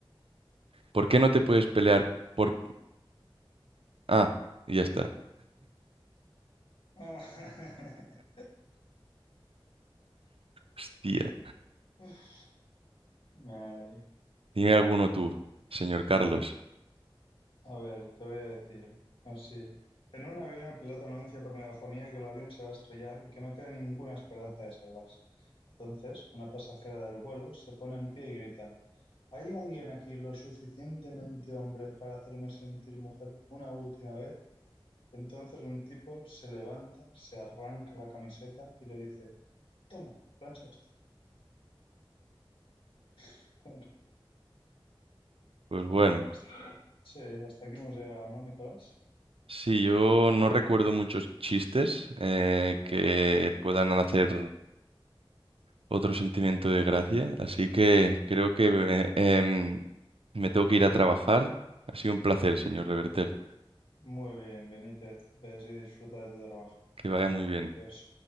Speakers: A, on the right; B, on the left.
A: ¿Por qué no te puedes pelear por... Ah, y ya está.
B: Ah.
A: Hostia,
B: <laughs> Ay,
A: dime alguno tú, señor Carlos.
B: a ver, te voy a decir así. En un avión el piloto anuncia por megafonía que el avión se va a estrellar y que no queda ninguna esperanza de salvarse. Entonces, una pasajera del vuelo se pone en pie y grita, ¿Hay alguien aquí lo suficientemente hombre para hacerme sentir mujer una última vez? Entonces un tipo se levanta, se arranca la camiseta y le dice, toma, plancha esto. <laughs>
A: Pues
B: Bueno,
A: bueno,
B: eh, sí, hasta aquí hemos llegado, ¿no, Nicolás?
A: sí, yo no recuerdo muchos chistes eh, que puedan hacer otro sentimiento de gracia, así que creo que eh, em, me tengo que ir a trabajar. Ha sido un placer, señor Reverter.
B: Muy bien, Benítez, ves y disfruta de tu trabajo.
A: Que vaya muy bien.
B: Adiós.